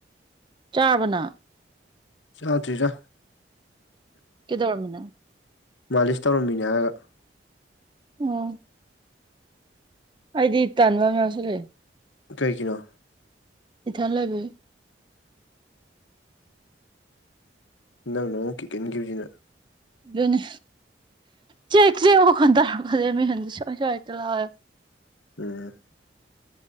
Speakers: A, on the right (about 25°); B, on the left (about 90°).
A: ꯆꯥꯔꯕ ꯅꯪ
B: ꯆꯥꯗ꯭ꯔꯤꯗ
A: ꯀꯩꯗꯧꯔꯝꯃꯤꯅꯣ
B: ꯃꯥꯂꯤꯁ ꯇꯧꯔꯝꯃꯤꯅꯦ ꯍꯥꯏꯔꯒ
A: ꯑꯣ ꯑꯩꯗꯤ ꯇꯥꯟꯕ ꯑꯃ ꯌꯥꯎꯁꯤꯟꯂꯥꯛꯌꯦ
B: ꯀꯩꯒꯤꯅꯣ
A: ꯏꯊꯥꯟ ꯂꯩꯕꯩ
B: ꯅꯪꯅ ꯑꯃꯨꯛ ꯀꯤꯛꯀꯟꯈꯤꯕꯁꯤꯅ
A: ꯑꯗꯨꯅꯦ ꯆꯦ ꯆꯦ ꯃꯈꯣꯟ ꯇꯥꯔꯛꯕꯁꯦ ꯃꯤꯍꯨꯜꯁꯦ ꯁꯨꯋꯥꯢ ꯁꯨꯋꯥꯢ ꯍꯦꯛꯑ ꯂꯧꯋꯤ
B: ꯎꯝ